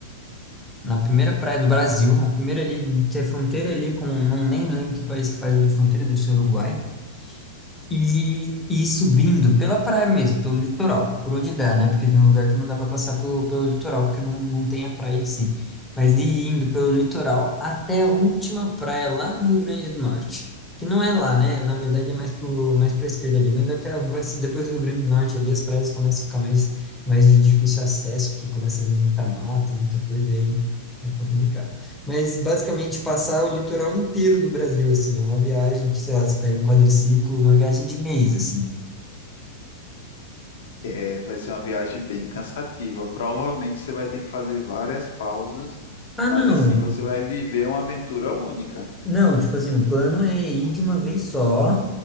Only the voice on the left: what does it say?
É, vai ser uma viagem bem cansativa. Provavelmente você vai ter que fazer várias pausas,
mas
assim, você vai viver uma aventura única.